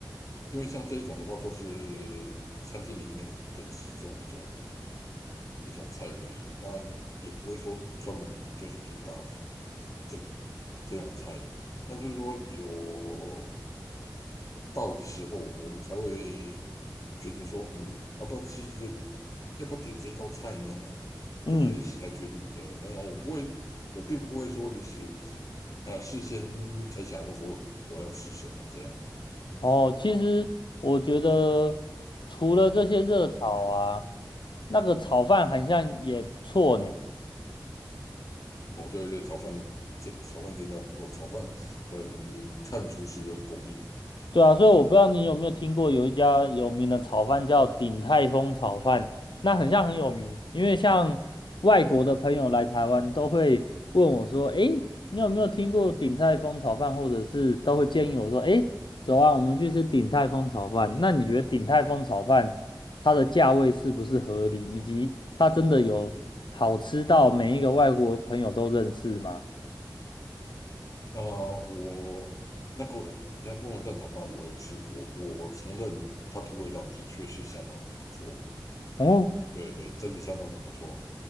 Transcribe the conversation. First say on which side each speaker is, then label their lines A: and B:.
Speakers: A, on the left; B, on the left.
A: 因为像这一种的话，都是餐厅里面的其中一种一种菜而已，那也不会说专门就是主打这这种菜。那就是说有到的时候，我们才会决定说，嗯，要不要吃这，要不要点这道菜呢？
B: 嗯
A: 都是临时来决定的。然后我不会，我并不会说临时啊、呃事先才想要说我要吃什么这样。
B: 哦，其实我觉得除了这些热炒啊，那个炒饭好像也不错呢。
A: 哦，对对，炒饭这炒饭真的不错，炒饭很看厨师的功力。
B: 对啊，所以我不知道你有没有听过有一家有名的炒饭叫鼎泰丰炒饭，那很像很有名，因为像外国的朋友来台湾都会问我说，诶，你有没有听过鼎泰丰炒饭，或者是都会建议我说，诶，走啊，我们去吃鼎泰丰炒饭。那你觉得鼎泰丰炒饭它的价位是不是合理，以及它真的有好吃到每一个外国朋友都认识吗？
A: 啊、我那个那不能蛋炒饭我有试过，我承认它的味道的确是相当的不错，
B: 哦，
A: 对对，真的相当的不错。